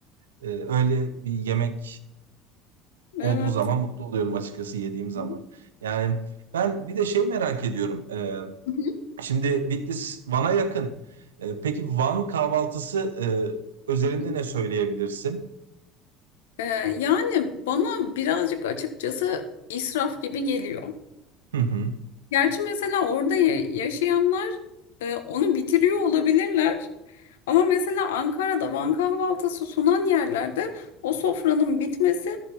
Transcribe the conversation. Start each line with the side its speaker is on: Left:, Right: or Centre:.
Right: E, Öyle bir yemek olduğu
Left: Evet.
Right: zaman mutlu oluyorum açıkçası yediğim zaman.
Left: Hı
Right: Yani ben bir de şey merak ediyorum. E,
Left: hı,
Right: Şimdi Bitlis Van'a yakın. E, peki Van kahvaltısı e, özelinde
Left: hı hı.
Right: ne söyleyebilirsin?
Left: Ee, yani bana birazcık açıkçası israf gibi geliyor.
Right: Hı hı.
Left: Gerçi mesela orada ya- yaşayanlar e, onu bitiriyor olabilirler. Ama mesela Ankara'da Van kahvaltısı sunan yerlerde o sofranın bitmesi